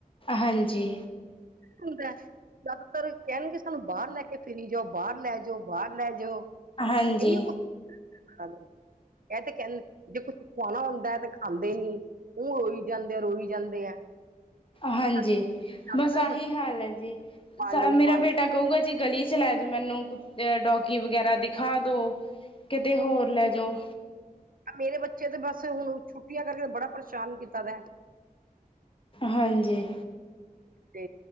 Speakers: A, on the left; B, on the right.
A: ਹਾਂਜੀ।
B: ਹੁੰਦਾ, ਜ਼ਿਆਦਾਤਰ ਕਹਿਣਗੇ ਸਾਨੂੰ ਬਾਹਰ ਲੈ ਕੇ ਫਿਰੀ ਜਾਓ, ਬਾਹਰ ਲੈ ਜਾਓ, ਬਾਹਰ ਲੈ ਜਾਓ।
A: ਹਾਂਜੀ।
B: ਇਹੀਓ ਇਹ ਤੇ ਕਹਿੰਦ, ਜੇ ਕੁੱਛ ਖਵਾਣਾ ਹੁੰਦਾ ਹੈ, ਤੇ ਖਾਂਦੇ ਨੀ। ਉਹ ਰੋਈ ਜਾਂਦੇ ਆਂ, ਰੋਈ ਜਾਂਦੇ ਆ।
A: ਹਾਂਜੀ,
B: ਬਸ
A: ਬਸ
B: ਨਾ
A: ਆਹੀ
B: ਬੱਚੇ
A: ਹਾਲ ਹੈ ਜੀ,
B: ਪਾਣੀ
A: ਮੇਰਾ
B: ਪਾਣੀ
A: ਬੇਟਾ ਕਹੂੰਗਾ ਜੀ, ਗਲੀ 'ਚ ਲੈ ਜਾਓ ਮੈਨੂੰ ਡੋਗੀ ਵਗੈਰਾ ਦਿਖਾ ਦੋ ਕਿਤੇ ਹੋਰ ਲੈ ਜੋ।
B: ਅਹ ਮੇਰੇ ਬੱਚੇ ਤੇ ਬਸ ਹੁਣ ਛੁੱਟੀਆਂ ਕਰਕੇ ਬੜਾ ਪਰੇਸ਼ਾਨ ਕੀਤਾ ਦਾ।
A: ਹਾਂਜੀ!
B: ਤੇ